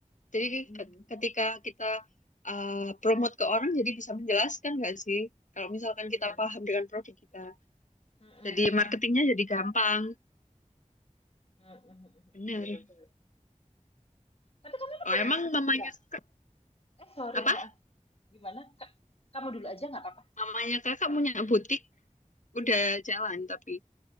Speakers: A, on the left; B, on the left.
A: Jadi
B: Mm-mm.
A: ke- ketika kita ah, promote ke orang, jadi bisa menjelaskan nggak sih? Kalau misalkan
B: Mm-mm.
A: kita paham dengan produk kita,
B: Mm-mm.
A: jadi
B: Mm-mm.
A: marketingnya jadi gampang.
B: Mm-mm.
A: Bener.
B: Bener-bener. Tapi kamu tuh
A: Oh,
B: punya
A: emang
B: staff
A: mamanya
B: nggak?
A: kakak-
B: Eh sorry,
A: apa?
B: ha. Gimana? Ka- Kamu dulu aja nggak apa-apa.
A: Mamanya kakak punya butik udah jalan tapi.